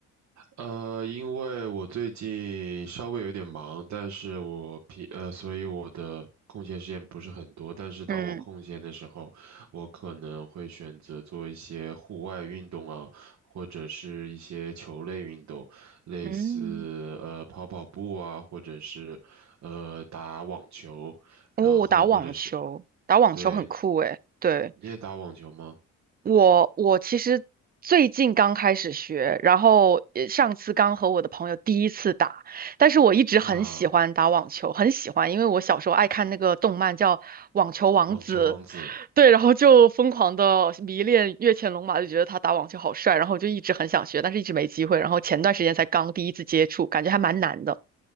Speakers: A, on the right; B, on the right.
A: 呃，因为我最近稍微有点忙，但是我平呃，所以我的空闲时间不是很多。但是当我空闲的时候，
B: 嗯
A: 我可能会选择做一些户外运动啊，或者是一些球类运动，类似呃跑跑步啊，
B: 嗯，
A: 或者是呃打网球，
B: 哦，
A: 然后或者是
B: 打网球，打网球很酷诶。
A: 对，
B: 对，
A: 你也打网球吗？
B: 我，我其实最近刚开始学，然后呃上次刚和我的朋友第一次打，但是我一直很喜欢打网球，
A: 啊，
B: 很喜欢，因为我小时候爱看那个动漫叫《网球王子》，
A: 网球王子。
B: 对，然后就疯狂的迷恋越前龙马，就觉得他打网球好帅，然后就一直很想学，但是一直没机会。然后前段时间才刚第一次接触，感觉还蛮难的。